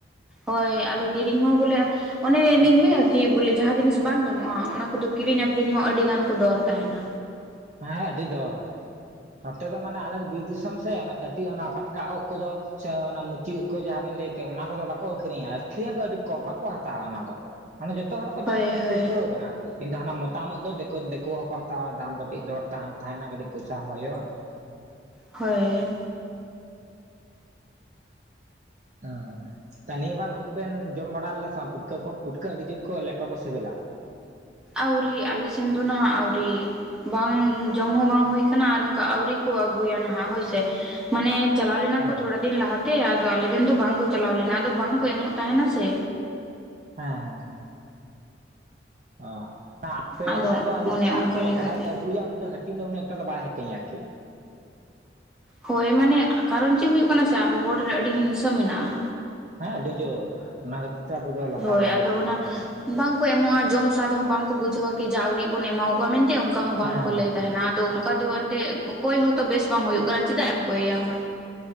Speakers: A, in the centre; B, on the right.
A: ᱦᱳᱭ ᱟᱫᱚ ᱠᱤᱨᱤᱧ ᱦᱚᱸ ᱵᱚᱞᱮ ᱚᱱᱮ ᱞᱤᱧ ᱞᱟᱹᱭᱟ ᱠᱤ ᱵᱚᱞᱮ ᱡᱟᱦᱟᱸ ᱡᱤᱱᱤᱥ ᱵᱟᱝ ᱧᱟᱢᱚᱜᱼᱟ ᱚᱱᱟ ᱠᱚᱫᱚ ᱠᱤᱨᱤᱧ ᱟᱠᱷᱨᱤᱧ ᱦᱚᱸ ᱟᱹᱰᱤ ᱜᱟᱱ ᱠᱚ ᱫᱚᱨ ᱛᱟᱦᱮᱱᱟ᱾
B: ᱦᱮᱸ ᱟᱹᱰᱤ ᱫᱚᱨ, ᱱᱚᱛᱮ ᱫᱚ ᱢᱟᱱᱮ ᱟᱞᱮ ᱫᱚ ᱵᱤᱨ ᱫᱤᱥᱚᱢ ᱥᱮ, ᱚᱱᱟ ᱠᱟᱹᱴᱤᱡ ᱚᱱᱟ ᱯᱟᱴᱠᱟ ᱩᱜ ᱠᱚᱫᱚ ᱪᱷᱚ ᱚᱱᱟ ᱢᱩᱪᱟᱹᱫ ᱠᱷᱚᱡ ᱡᱟᱦᱟᱸ ᱵᱮᱱ ᱞᱟᱹᱭ ᱠᱮᱫ ᱚᱱᱟ ᱠᱚᱫᱚ ᱵᱟᱠᱚ ᱟᱹᱠᱷᱨᱤᱧᱟ ᱟᱹᱠᱷᱨᱤᱧ ᱟᱠᱚ ᱟᱹᱰᱤ ᱠᱚᱢ ᱵᱟᱠᱚ ᱦᱟᱛᱟᱣᱟ ᱚᱱᱟ ᱫᱚ᱾ ᱢᱟᱱᱮ ᱡᱚᱛᱚ ᱦᱚᱲ ᱠᱚ
A: ᱦᱳᱭ
B: ᱡᱚᱢ
A: ᱦᱳᱭ
B: ᱯᱟᱹᱨᱠᱟᱹᱣ ᱟᱠᱟᱱᱟ ᱟᱨᱠᱤ, ᱠᱤᱱᱛᱩ ᱦᱟᱱᱟ ᱢᱚᱛᱟᱢ ᱩᱫ ᱫᱚ ᱫᱮᱠᱳ ᱫᱮᱠᱳ ᱦᱚᱸᱠᱚ ᱦᱟᱛᱟᱣᱟ ᱫᱟᱢ ᱜᱟ ᱴᱤᱡ ᱫᱚᱨ ᱛᱷᱟ ᱛᱟᱦᱮᱱᱟ ᱠᱟᱹᱴᱤᱡ ᱯᱚᱭᱥᱟ ᱦᱚᱸ ᱦᱩᱭᱚᱜᱼᱟ᱾
A: ᱦᱳᱭ᱾
B: ᱦᱚ, ᱛᱟ ᱱᱤᱭᱟᱹ ᱵᱟᱨ ᱩᱫ ᱵᱮᱱ ᱡᱚᱢ ᱵᱟᱲᱟ ᱞᱮᱫ ᱥᱮ ᱵᱟᱝ ᱯᱩᱴᱠᱟᱹ ᱠᱚ ᱯᱩᱴᱠᱟᱹ ᱟᱹᱰᱤ ᱡᱳᱨ ᱠᱚ ᱞᱮᱴᱚ ᱠᱚ ᱥᱤᱵᱤᱞᱟ᱾
A: ᱟᱹᱣᱨᱤ ᱟᱞᱮ ᱥᱮᱱ ᱫᱚ ᱱᱟᱦᱟᱜ ᱟᱹᱣᱨᱤ᱾ ᱵᱟᱝ ᱡᱚᱢ ᱦᱚᱸ ᱵᱟᱝ ᱦᱩᱭ ᱠᱟᱱᱟ ᱟᱨ ᱚᱱᱠᱟ ᱟᱹᱣᱨᱤ ᱠᱚ ᱟᱹᱜᱩᱭᱟ ᱱᱟᱦᱟᱜ ᱦᱳᱭ ᱥᱮ᱾ ᱢᱟᱱᱮ ᱪᱟᱞᱟᱣ ᱞᱮᱱᱟ ᱠᱚ
B: ᱚ
A: ᱛᱷᱚᱲᱟ ᱫᱤᱱ ᱞᱟᱦᱟᱛᱮ ᱟᱫᱚ ᱟᱞᱮᱨᱮᱱ ᱫᱚ ᱵᱟᱝ ᱠᱚ ᱪᱟᱞᱟᱣ ᱞᱮᱱᱟ ᱟᱫᱚ ᱵᱟᱝ ᱠᱚ ᱮᱢᱚᱜ ᱛᱟᱦᱮᱸᱱᱟ ᱥᱮ᱾
B: ᱦᱮᱸ ᱦᱮᱸ ᱦᱮᱸ᱾ ᱚ ᱟᱯᱮ
A: ᱟᱫᱚ
B: ᱥᱮᱫ ᱫᱚ ᱟᱹᱰᱤ
A: ᱚᱱᱮ
B: ᱥᱟᱫ
A: ᱚᱱᱠᱟ
B: ᱛᱚ
A: ᱞᱮᱠᱟᱛᱮ
B: ᱡᱟᱦᱟᱸᱭ ᱟᱹᱜᱩᱭᱟ ᱩᱱᱤ ᱫᱚ ᱦᱟᱹ ᱴᱤᱧ ᱫᱚ ᱩᱱᱟᱹᱜ ᱮᱠᱴᱟ ᱫᱚ ᱵᱟᱭ ᱦᱟᱹᱴᱤᱧᱟ ᱟᱨᱠᱤ᱾
A: ᱦᱳᱭ ᱢᱟᱱᱮ ᱠᱟᱨᱚᱱ ᱪᱤᱫ ᱦᱩᱭᱩᱜ ᱠᱟᱱᱟ ᱥᱮ ᱟᱵᱚ ᱦᱚᱲ ᱨᱮ ᱟᱹᱰᱤ ᱦᱤᱝᱥᱟᱹ ᱢᱮᱱᱟᱜᱼᱟ᱾
B: ᱦᱮᱸ ᱟᱹᱰᱤ ᱡᱳᱨ ᱚᱱᱟ ᱠᱷᱟᱹᱛᱤᱨ ᱛᱮ ᱟᱵᱚ ᱫᱚ ᱞᱟᱛᱟᱨ
A: ᱦᱳᱭ
B: ᱨᱮᱜᱮ
A: ᱟᱫᱚ
B: ᱢᱮᱱᱟᱜ ᱵᱚᱱᱟ
A: ᱚᱱᱟ
B: ᱮᱠᱷᱚᱱᱳ᱾
A: ᱵᱟᱝᱠᱚ ᱮᱢᱚᱜᱼᱟ ᱡᱚᱢ ᱥᱟᱫᱷ ᱦᱚᱸ ᱵᱟᱝᱠᱚ ᱵᱩᱡᱷᱟᱹᱣᱟ ᱠᱤ ᱡᱟ ᱩᱰᱤᱡ ᱵᱚᱱ ᱮᱢᱟᱣᱟᱠᱚᱣᱟ ᱢᱮᱱ ᱚᱱᱠᱟ ᱦᱚᱸ
B: ᱦᱮᱸ
A: ᱵᱟᱝᱠᱚ ᱞᱟᱹᱭ
B: ᱦᱮᱸ
A: ᱛᱟᱦᱮᱸᱱᱟ ᱟᱫᱚ ᱚᱱᱠᱟ ᱫᱚ <unintelligible> ᱠᱚᱭ ᱦᱚᱸᱛᱚ ᱵᱮᱥ ᱵᱟᱝ ᱦᱩᱭᱩᱜ ᱠᱟᱱᱟ ᱪᱮᱫᱟᱜ ᱮᱢ ᱠᱚᱭᱮᱭᱟ ᱦᱚᱲ᱾